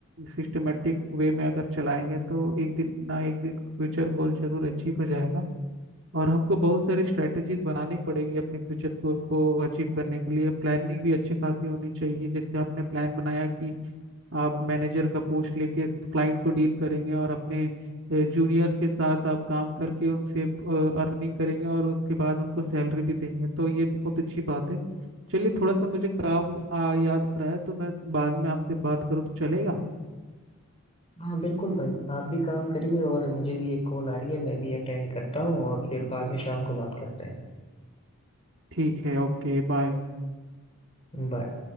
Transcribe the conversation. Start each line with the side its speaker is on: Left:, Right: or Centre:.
Right: सिस्टमेटिक वे में अगर चलाएंगे तो एक दिन ना एक दिन फ्यूचर गोल जरूर अचीव हो जाएगा और हमको बहुत सारे स्ट्रेटेजीज बनानी पड़ेगी अपने फ्यूचर गोल को अचीव करने के लिए प्लानिंग भी अच्छी खासी होनी चाहिए जैसे आपने प्लान बनाया कि आप मैनेजर का पोस्ट लेके क्लाइंट को डील करेंगे और अपने जूनियर्स के साथ आप काम करके उनसे अर्निंग करेंगे और उसके बाद उनको सैलरी भी देंगे तो ये बहुत अच्छी बात है चलिए थोड़ा सा मुझे काम आ, याद आ रहा है तो मैं बाद में आपसे बात करूँ तो चलेगा
Left: हाँ बिल्कुल भाई आप भी काम करिए और मुझे भी एक कॉल आ रही है मैं भी अटेंड करता हूँ और फिर बाद में शाम को बात करते हैं
Right: ठीक है ओके बाय
Left: बाय